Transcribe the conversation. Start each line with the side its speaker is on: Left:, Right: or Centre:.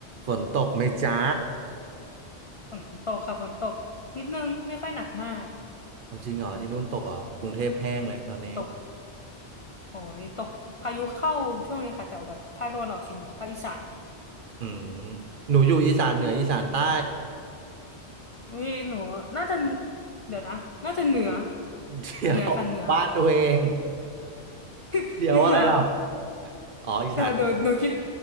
Right: ฝนตกไหมจ๊ะ
Left: ฝนตกค่ะฝนตกนิดนึงไม่ค่อยหนักมาก
Right: เอาจริงเหรอที่นู่นตกเหรอกรุงเทพแห้งเลยตอนนี้
Left: ตกโอ้นี่ตกพายุเข้าช่วงนี้ค่ะแถวแบบภาคตะวันออกเฉียงเหนือภาคอีสาน
Right: อืมหนูอยู่อีสานเหนืออีสานใต้
Left: นี่หนูน่าจะเดี๋ยวนะน่าจะเหนือ
Right: <laughs> เดี๋ยวบ้านตัวเอง
Left: เหนือค่ะเหนือ <laughs>
Right: เดี๋ยวอะไรล่ะ
Left: เหนือ
Right: อ๋ออีสาน
Left: แต่หนูหนูคิด